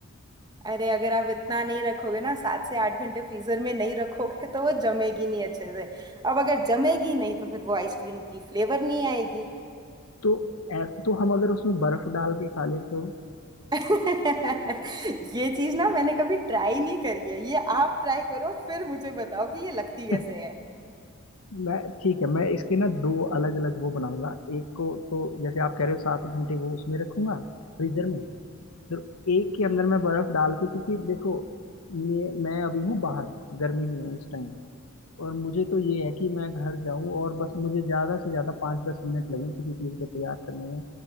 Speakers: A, on the right; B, on the left.
A: अरे अगर आप इतना नहीं रखोगे ना सात से आठ घंटे फ्रीजर में नहीं रखोगे तो वो जमेगी नहीं अच्छे से अब अगर जमेगी नहीं तो फिर वो आइसक्रीम की फ्लेवर नहीं आएगी
B: तो ऐस- तो हम अगर उसमें बर्फ डाल के खा लें तो
A: <laughs> ये चीज ना मैंने कभी ट्राई नहीं करी है ये आप ट्राई करो फिर मुझे बताओ कि ये लगती कैसे
B: <laughs>
A: है
B: मैं ठीक है मैं इसके ना दो अलग अलग वो बनाऊंगा एक को तो जैसे आप कह रहे हो सात घंटे वो उसमें रखूंगा फ्रीजर में तो एक के अंदर मैं बर्फ डाल के क्योंकि देखो ये मैं अभी हूँ बाहर गर्मी में हूँ इस टाइम और मुझे तो ये है कि मैं घर जाऊं और बस मुझे ज्यादा से ज्यादा पाँच दस मिनट लगे किसी चीज को तैयार करने में